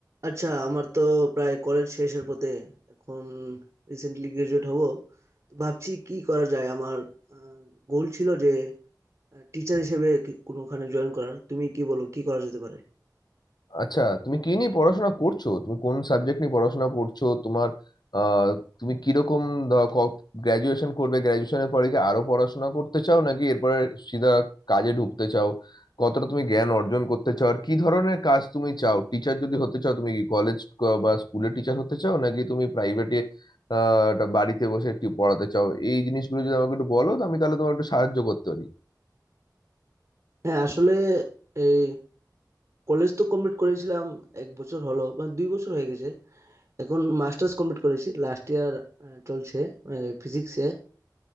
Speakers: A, on the right; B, on the left.
A: আচ্ছা আমার তো প্রায় কলেজ শেষের পথে এখন রিসেন্টলি গ্রাজুয়েট হব তো ভাবছি কি করা যায় আমার গোল ছিল যে টিচার হিসেবে কি- কোনোখানে জয়েন করার তুমি কি বলো কি করা যেতে পারে
B: আচ্ছা তুমি কি নিয়ে পড়াশোনা করছো তুমি কোন সাবজেক্ট নিয়ে পড়াশোনা করছো তোমার আহ তুমি কিরকম গ্রাজুয়েশন করবে গ্রাজুয়েশনের পরে কি আরো পড়াশোনা করতে চাও নাকি এরপরে সিধা কাজে ঢুকতে চাও কতটা তুমি জ্ঞান অর্জন করতে চাও আর কি ধরনের কাজ তুমি চাও টিচার যদি হতে চাও তুমি কি কলেজ বা স্কুলের টিচার হতে চাও নাকি তুমি প্রাইভেটে আহ একটা বাড়িতে বসে একটু পড়াতে চাও এই জিনিসগুলো যদি আমাকে একটু বলো তো আমি তাহলে তোমাকে একটু সাহায্য করতে পারি
A: হ্যাঁ আসলে এই কলেজ তো কমপ্লিট করেছিলাম এক বছর হলো মানে দুই বছর হয়ে গেছে এখন মাস্টার্স কমপ্লিট করেছি লাস্ট ইয়ার চলছে ফিজিক্সে